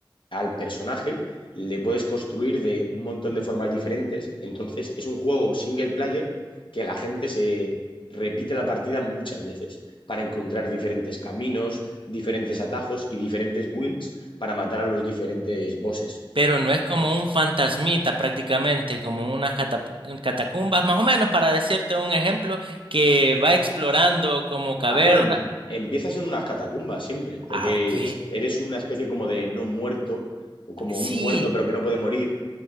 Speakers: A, on the left; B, on the right.
A: al personaje le puedes construir de un montón de formas diferentes. Entonces es un juego single player que la gente se repite la partida muchas veces para encontrar diferentes caminos, diferentes atajos y diferentes builds para matar a los diferentes bosses.
B: pero no es como un fantasmita prácticamente, como unas catapu- catacumbas, más o menos para decirte un ejemplo, que va explorando como cavernas.
A: Ah, bueno, em- empiezas en unas catacumbas siempre, porque
B: Ah, ok.
A: eres una especie como de no muerto, o como
B: Sí,
A: un muerto pero que no puede morir.